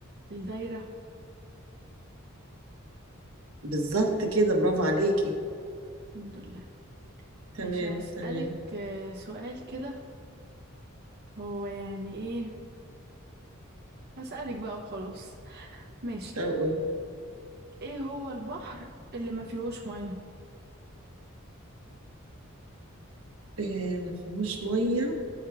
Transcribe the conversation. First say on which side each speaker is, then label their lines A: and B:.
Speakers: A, on the right; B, on the right.
A: الدايرة
B: بالظبط كده برافو عليكي
A: الحمد لله
B: تمام
A: ماشي هسألك
B: تمام
A: آه، سؤال كده هو يعني ايه هسألك بقى وخلاص ماشي
B: طب قول.
A: ايه هو البحر اللي ما فيهوش مية
B: إيه ما فيهوش مية